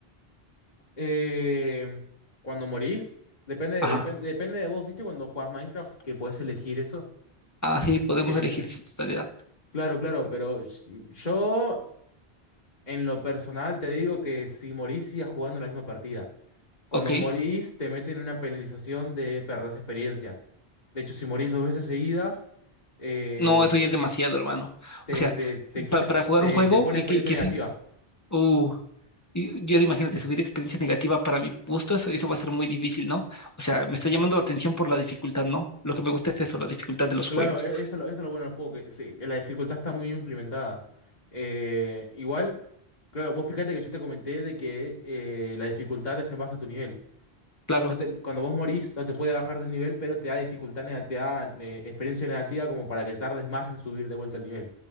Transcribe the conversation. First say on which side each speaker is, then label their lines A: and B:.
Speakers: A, on the left; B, on the left.
A: Eh, cuando morís, depende,
B: Ajá.
A: depende, depende de vos, ¿viste? Cuando jugás Minecraft, que podés elegir eso.
B: Así podemos
A: Que-
B: elegir su totalidad.
A: claro, claro, pero yo En lo personal te digo que si morís sigas jugando la misma partida. Cuando
B: Ok.
A: morís te meten una penalización de perder experiencia. De hecho, si morís dos veces seguidas, eh,
B: No, eso ya es demasiado, hermano.
A: te,
B: O sea,
A: te, te quita,
B: pa- para jugar
A: te,
B: un juego
A: te pone
B: y
A: experiencia
B: que, y que
A: negativa.
B: sí, uh, y, y ahora imagínate, subir experiencia negativa para mi gusto, eso, eso va a ser muy difícil, ¿no? O sea, me está llamando la atención por la dificultad, ¿no? Lo que me gusta es eso, la dificultad de los
A: Claro,
B: juegos.
A: e- eso, es lo- eso es lo bueno del juego, que, se- que la dificultad está muy implementada. Eh, igual, claro, vos fíjate que yo te comenté de que eh, la dificultad es en base a tu nivel.
B: Claro.
A: No te- cuando vos morís, no te puede bajar de nivel, pero te da dificultad negativa, te da eh, experiencia negativa como para que tardes más en subir de vuelta al nivel.